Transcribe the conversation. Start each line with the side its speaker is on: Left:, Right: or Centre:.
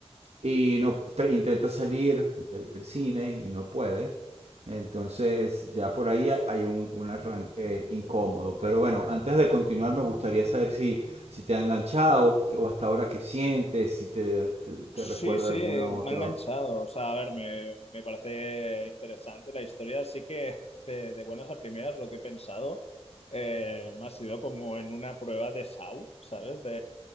Right: y no
Left: Va-
Right: tra- intenta salir del, del cine y no puede. Entonces ya por ahí ha- hay un, un arranque incómodo. Pero bueno, antes de continuar me gustaría saber si, si te ha enganchado o, o hasta ahora qué sientes, si te, te, te
Left: Sí,
Right: recuerda
Left: sí,
Right: alguna otra...
Left: me ha enganchado. O sea, a ver, me, me parece interesante la historia. sí que de, de buenas a primeras lo que he pensado eh, me ha sido como en una prueba de SAU, ¿sabes? De,